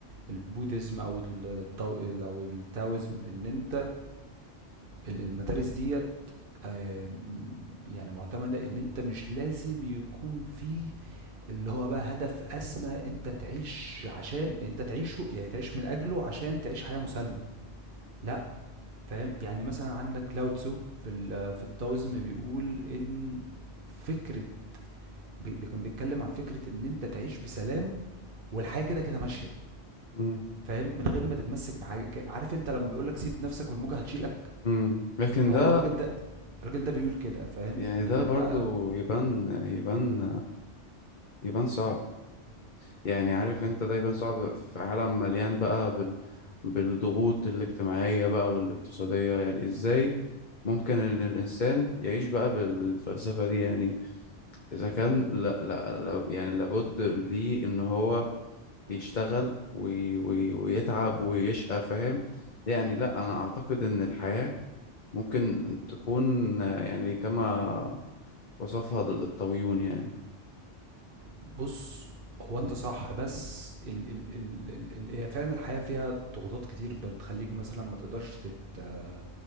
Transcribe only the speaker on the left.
امم
امم لكن
ده
يعني
ده
برضو
يبان يبان يبان صعب يعني عارف انت دايما صعب في عالم مليان بقى بال... بالضغوط الاجتماعية بقى والاقتصادية يعني ازاي ممكن ان الانسان يعيش بقى بال... بالفلسفة دي يعني اذا كان لا لا لا يعني لابد ليه ان هو يشتغل وي... وي... ويتعب ويشقى فاهم يعني لا انا اعتقد ان الحياة ممكن تكون آه، يعني كما وصفها الطاويون يعني